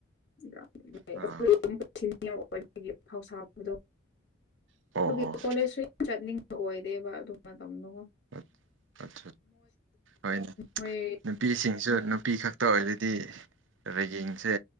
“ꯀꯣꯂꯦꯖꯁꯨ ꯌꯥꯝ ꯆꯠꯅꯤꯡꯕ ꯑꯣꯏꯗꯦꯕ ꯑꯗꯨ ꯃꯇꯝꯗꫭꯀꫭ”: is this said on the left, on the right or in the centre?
Left